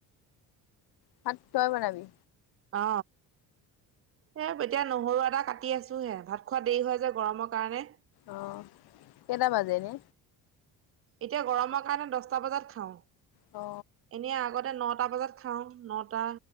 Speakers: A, on the left; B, on the right.
A: ভাত তই বনাবি
B: অ এ এতিয়া নহৰু এটা কাটি আছো হে ভাত খোৱা দেৰি হয় যে গৰমৰ কাৰণে
A: অ কেইটা বাজে নে?
B: এতিয়া গৰমৰ কাৰণে দছটা বজাত খাওঁ।
A: অ।
B: এনেই আগতে নটা বজাত খাও নটা